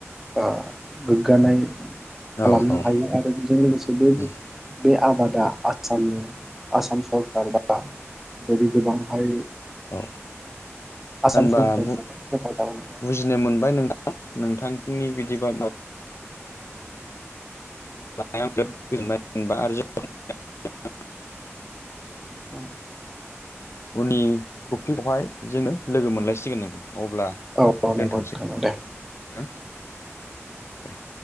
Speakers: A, in the centre; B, on the left.
A: ओ गोग्गानाय
B: औ
A: खालामनो
B: औ
A: हायो आरो बेजों लोगोसे बे
B: उम
A: बे आबादा आसामनि आसाम सरखार बा बेबायदि गोबांहाय
B: औ
A: आसाम
B: होनबा
A: सरखारखौहाय
B: बुजिनो
A: हेफाजाब होनाय
B: मोनबाय नोंथां नोंथांनि बिदि बा बिर गोजोनबाय जेनेबा आरो ज <unintelligible>
A: औ
B: उननि टपिकवहाय जोङो लोगो मोनलायसिगोन नों अब्ला
A: औ औ नंगौ
B: दोन्थ'सै
A: नोंथां दे
B: दे